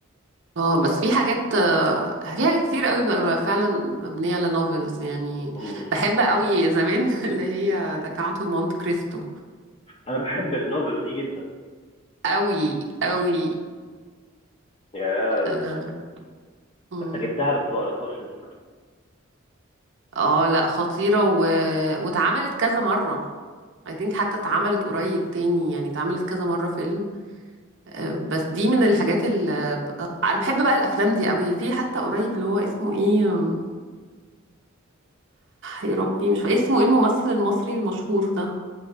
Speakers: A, on the right; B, on the left.
A: اه بس في حاجات آه، في حاجات كتير قوي بقى فعلا مبنية على نوفلز يعني
B: مم.
A: بحب قوي زمان <laughs> اللي هي ذا كاونت اوف مونت كريستو
B: انا بحب النوفل دي جدا
A: قوي قوي
B: يعني أنا ال-
A: اه مم.
B: حتى جبتها بس ما قريتهاش لسه
A: آه، لا خطيرة و... واتعملت كذا مرة I think حتى اتعملت قريب تاني يعني اتعملت كذا مرة فيلم آه، بس دي من الحاجات اللي انا بحب بقى الافلام دي قوي في حتى قريب اللي هو اسمه ايه آم، يا ربي مش فاكر اسمه ايه الممثل المصري المشهور ده